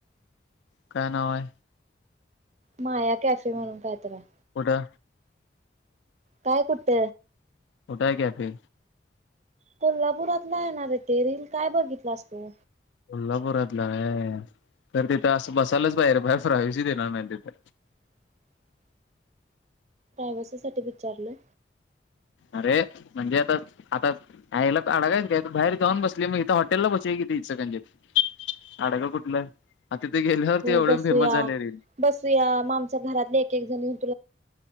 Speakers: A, on the left; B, on the right.
A: काय नाव आहे.
B: माया कॅफे म्हणून कायतर आहे.
A: का?
B: काय कुठ?
A: कुटाय कॅफे.
B: कोल्हापुरातला आहेणारे ते रीलील काय बघितलास तू
A: कोल्हापुरातलं आहे अं तर तिथं असं बसायलाच बाहेर बाहेर फ्रावीसी देणार नाही म तिथे.
B: ह. प्रायावसी साठी विचारलंय.
A: अरे म्हणजे आता आता आयला <inaudible> घ्यायचं बाहेर जाऊन बसली मग इथं हॉटेलला बसू या कि तीच ज <inaudible> आडग कुठलं. आता तिथे गेल्यावर
B: हो
A: ते एवढे
B: बसूया
A: फेमस झाले रील
B: बसूया मग आमच्या घरातले एक एक जणीऊ <inaudible>